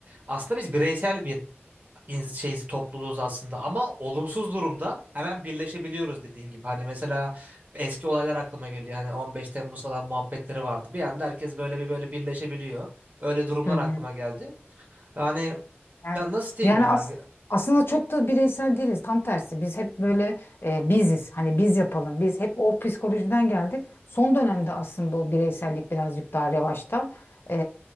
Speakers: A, on the right; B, on the left.
A: aslında biz bireysel bir in- şey topluluğuz aslında ama olumsuz durumda hemen birleşebiliyoruz dediğin gibi. Hani mesela eski olaylar aklıma geliyor. Hani 15 Temmuz falan muhabbetleri vardı. Bir anda herkes böyle bir böyle birleşebiliyor. Öyle durumlar
B: Hı hı.
A: aklıma geldi. Yani
B: Yani,
A: ya nasıl diyeyim
B: yani
A: ya?
B: as- aslında çok da bireysel değiliz. Tam tersi. Biz hep böyle e, biziz. Hani biz yapalım. Biz hep o psikolojiden geldik. Son dönemde aslında o bireysellik birazcık daha revaçta. E,